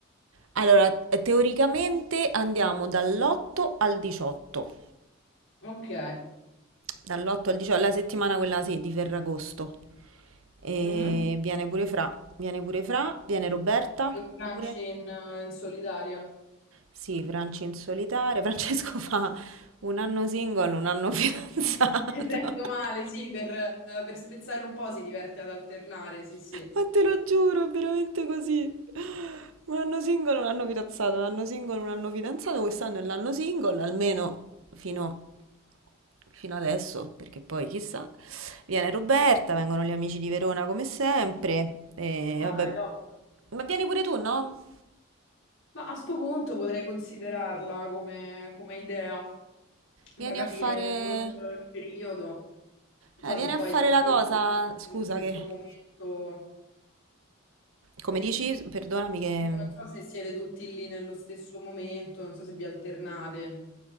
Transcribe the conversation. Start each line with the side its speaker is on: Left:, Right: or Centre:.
Right: Allora, teoricamente andiamo dall'8 al 18.
Left: ok.
Right: Dall'8 al 18, la settimana quella sì, di Ferragosto. E
Left: Mhm.
Right: viene pure Fra, viene pure Fra, viene Roberta
Left: Fai quel crunch
Right: pure.
Left: in, in solitaria.
Right: Sì, Franci in solitaria. <laughs> Francesco fa un anno single, un anno fidanzato.
Left: <laughs> Mi sento male,
Right: <laughs>
Left: sì, per, per spezzare un po' si diverte ad alternare, sì, sì.
Right: Ma te lo giuro, è veramente così. Un anno single, un anno fidanzato, un anno single, un anno fidanzato. Quest'anno è l'anno single, almeno fino, fino adesso, perché poi chissà. Viene Roberta, vengono gli amici di Verona come sempre. E
Left: Ah,
Right: vabbè.
Left: dai, top.
Right: Ma vieni pure tu, no?
Left: Ma a sto punto potrei considerarla come, come idea, da
Right: Vieni
Left: capire
Right: a fare...
Left: solo il il periodo. Non
Right: Eh,
Left: so
Right: vieni
Left: se
Right: a
Left: poi
Right: fare
Left: siete
Right: la
Left: tutti
Right: cosa. Scusa
Left: nello stesso
Right: che...
Left: momento.
Right: Come dici, perdonami che...
Left: Dico, non so se siete tutti lì nello stesso momento, non so se vi alternate.